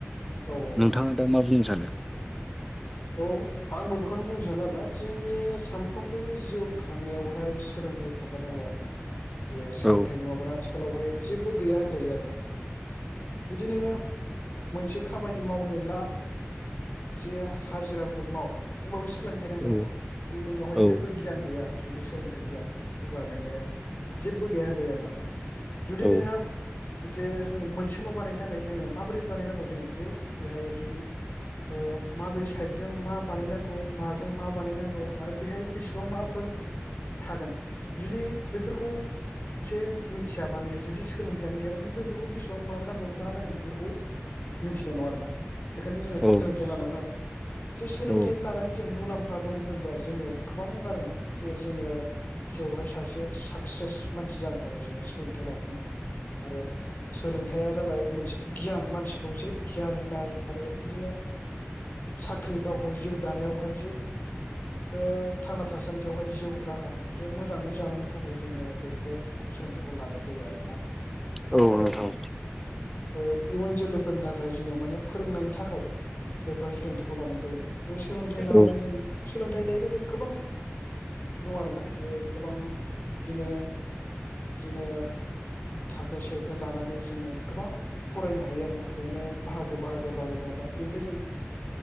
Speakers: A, on the left; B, in the centre.
A: औ औ
B: नोंथाङा दा मा बुंनो सानो
A: औ आंबो बेखौनो बुंनो सानो आरोना सिंनि सामफ्रोमबोनि जिउ खांनायावहाय सोलोंथाइ थाथारनांगौ आरो ना जे सोलोंथाइ
B: औ
A: नङाबानो आथि खालावहाय जेबो गैया होनजायो आरोना जुदि नोङो मोनसे खामानि मावनो ला जे हाजिराफोर माव होमबाबो सो लोंथाइ नांथारगौ
B: औ
A: जुदि नोंनावहाय
B: औ
A: जेबो गियान गैया जुदि सोलोंथाइ गैया अब्ला नोङो जेबो गैया होनजायो आर ना जुदि
B: औ
A: नोङो जे जोङो मोनसे न' बानायनो थाखाय जोङो माबोरै बानायनांगौ जोङो जे बेहायो जुदि ओ माबे साइदजों मा बानायनांगौ माजों मा बानायनांगौ आरो बेहाय बेसेबां माफोर थागोन जुदि बेफोरखौ इसे मिथियाबा नोङो जुदि सोलोंथायानो गैयाबा नों बैफोरखौ बेसेबां माबा नांगोन मा नांगोन बेखौ मिथिनाय नङा आरोना बेखायनो जोङो
B: औ
A: सोलोंथाइ लानांगोन आरोना जे सोलोंथाइ
B: औ
A: लानानै जों मुलाम्फा दं होनबा जोङो गोबां आरोना जे जोङो जेवहाय सासे साक्सेस मानसि जानो थाखाय जोङो सो लोंथाइ लाथारनांगोन आरो सोलोंथाइया जाबाय मोनसे गियान मानसिखौ जे‌ गियान होनाय आरो बिदिनो साख्रि गावखौ जिउ दानाय <unintelligible> ओ थांना थासिग सान्दियावहाय जिउ राहा जे मोजाङै जालांनो थाखाय जोङो बेखौ सोलोंथाइखौ लानाय जायो आरोना
B: औ
A: आरो
B: नोंथां
A: ओ इयुन जोलै फोरनि थाखाय जोङो माने फोरोंनांनो थाखाय बेफोर सोलोंथाइखौ लानाय जायो। जे सोलोंथाइ लानायजों
B: औ
A: सोलों थाय लायोबा जों गोबां दङ' आरोना जे गोबां बिदिनो जोङो थाखो सेफाय लानानै जोङो गोबां फरायनो हायो आरोना बेहायनो बाहागो बाहागो बाहागो दं आरोना बेनिफ्राय जों